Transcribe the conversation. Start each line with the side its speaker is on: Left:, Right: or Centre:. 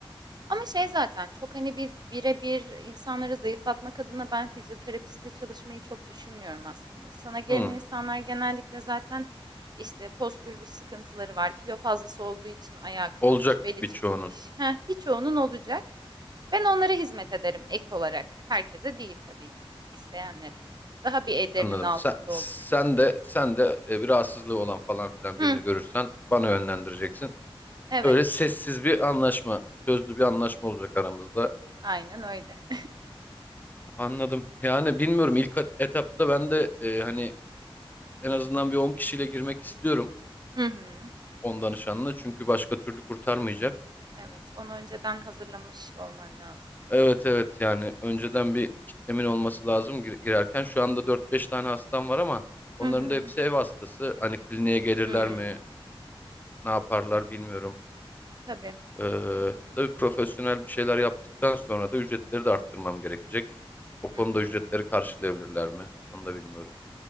Right: Ama şey zaten çok hani biz birebir insanları zayıflatmak adına ben fizyoterapiste çalışmayı çok düşünmüyorum aslında. Sana gelen
Left: Hı,
Right: insanlar genellikle zaten işte postür sıkıntıları var. Kilo fazlası olduğu için ayağı kırılmış,
Left: olacak
Right: beli
Left: birçoğunun.
Right: çıkmış. Heh, birçoğunun olacak. Ben onlara hizmet ederim ek olarak. Herkese değil tabii ki. İsteyenlere. Daha bir ellerinin
Left: Anladım.
Right: altında
Left: Sen, sen
Right: olur.
Left: de sen de e, bir rahatsızlığı olan falan filan
Right: Hı,
Left: birini görürsen bana yönlendireceksin.
Right: evet.
Left: Öyle sessiz bir anlaşma, sözlü bir anlaşma olacak aramızda.
Right: Aynen öyle.
Left: Anladım. Yani bilmiyorum ilk et- etapta ben de e, hani en azından bir 10 kişiyle girmek istiyorum
Right: <laughs> Hı hı.
Left: on danışanla çünkü başka türlü kurtarmayacak.
Right: Evet, onu önceden hazırlamış olman lazım.
Left: Evet evet yani önceden bir kitlemin olması lazım gir- girerken. Şu anda dört beş tane hastam var ama onların
Right: Hı hı.
Left: da hepsi ev hastası. Hani kliniğe gelirler
Right: Hmm,
Left: mi, ne yaparlar bilmiyorum.
Right: tabii.
Left: Ee, tabii profesyonel bir şeyler yaptıktan sonra da ücretleri de arttırmam gerekecek. O
Right: Hı
Left: konuda
Right: hı.
Left: ücretleri karşılayabilirler mi? Onu da bilmiyorum.